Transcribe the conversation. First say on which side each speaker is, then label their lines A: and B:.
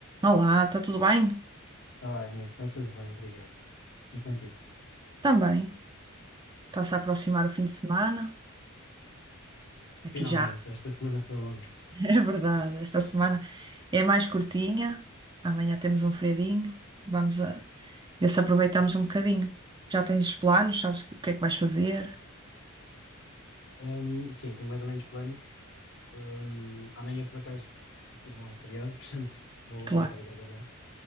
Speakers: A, on the right (about 20°); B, on the left (about 60°).
A: Olá, está tudo bem?
B: Olá, Inês, está tudo bem, obrigado. E contigo?
A: Também. Está-se a aproximar
B: Boa.
A: o fim de semana. Aqui
B: Finalmente,
A: já,
B: esta semana foi longa.
A: <laughs> é verdade. Esta semana é mais curtinha. Amanhã temos um feriadinho. Vamos a ver se aproveitamos um bocadinho. Já tens os planos? Sabes o que é que vais fazer?
B: Ahm, sim, tenho mais ou menos planos. Ahm, amanhã, por acaso, aqui não é feriado, <laughs> portanto, vou
A: Claro.
B: voltar a trabalhar,